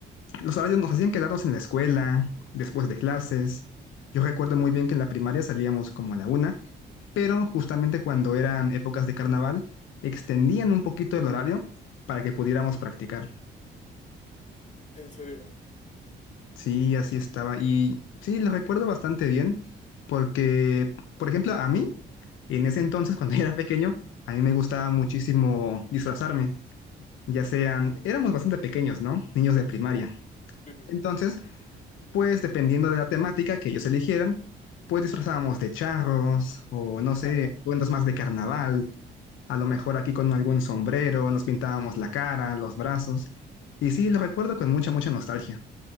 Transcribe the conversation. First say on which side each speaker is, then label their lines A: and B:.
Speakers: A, on the left; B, on the left.
A: los horarios nos hacían quedarnos en la escuela, después de clases. Yo recuerdo muy bien que en la primaria salíamos como a la una, pero justamente cuando eran épocas de carnaval, extendían un poquito el horario para que pudiéramos practicar.
B: En serio.
A: Sí, así estaba. Y sí, lo recuerdo bastante bien, porque, por ejemplo, a mí, en ese entonces, cuando <laughs> era pequeño, a mí me gustaba muchísimo disfrazarme, ya sean, éramos bastante pequeños, ¿no? Niños de primaria.
B: Sí, sí.
A: Entonces,
B: <laughs>
A: Pues dependiendo de la temática que ellos eligieran, pues disfrazábamos de charros o no sé,
B: Ah,
A: atuendos más de carnaval, a lo mejor aquí con algún sombrero, nos pintábamos la cara, los brazos. Y sí, lo recuerdo con mucha, mucha nostalgia.